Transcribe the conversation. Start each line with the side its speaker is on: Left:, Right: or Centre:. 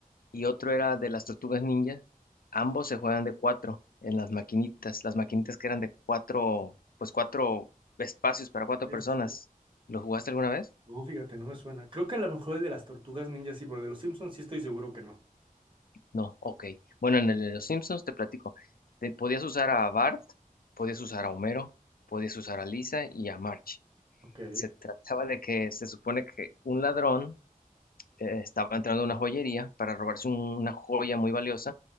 Left: y otro era de las Tortugas Ninjas. Ambos se juegan de cuatro en las maquinitas. Las maquinitas que eran de cuatro, pues cuatro espacios para cuatro
Right: Sí,
Left: personas.
Right: sí, sí.
Left: ¿Lo jugaste alguna vez?
Right: No, fíjate, no me suena. Creo que a lo mejor el de las tortugas ninjas sí, pero el de los Simpsons sí estoy seguro que no.
Left: No, ok. Bueno, en el de los Simpsons te platico. Te- podías usar a Bart, podías usar a Homero, podías usar a Lisa y a March.
Right: Ok.
Left: Se trataba de que se supone que un ladrón eh, estaba entrando a una joyería para robarse un- una joya muy valiosa,